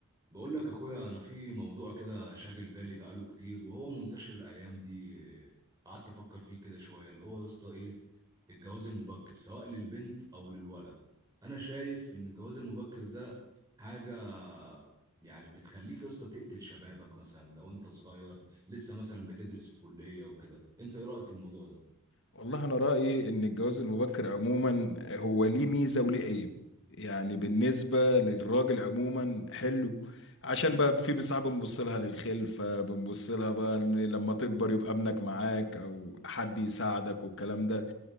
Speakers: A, on the right; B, on the left.
A: بقول لك اخويا انا في موضوع كده شاغل بالي بقاله كتير وهو منتشر الايام دي قعدت افكر فيه كده شويه اللي هو يا اسطى ايه الجواز المبكر سواء للبنت او للولد انا شايف ان الجواز المبكر ده حاجه يعني بتخليك يا اسطى تقتل شبابك مثلا لو انت صغير لسه مثلا بتدرس في كليه وكده انت ايه رايك في الموضوع ده
B: والله أنا رأيي إن الجواز المبكر عموما هو ليه ميزة وليه عيب يعني بالنسبة للراجل عموما حلو عشان بقى في ساعات بنبص لها للخلفة بنبص لها بقى إن لما تكبر يبقى ابنك معاك أو حد يساعدك والكلام ده